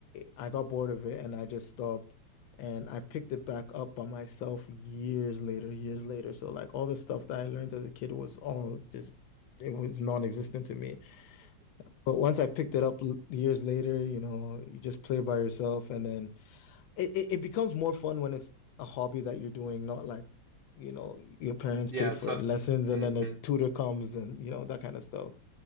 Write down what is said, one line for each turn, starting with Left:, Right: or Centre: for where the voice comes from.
Left: I I got bored of it and I just stopped and I picked it back up by myself years later, years later. So like all the stuff that I learned as a kid was all just it was non-existent to me. But once I picked it up l- years later, you know, you just play by yourself and then it, it, it becomes more fun when it's a hobby that you're doing, not like, you know, your parents
Right: Yeah,
Left: paid for
Right: so
Left: lessons and
Right: mhm.
Left: then a tutor comes and you know that kind of stuff.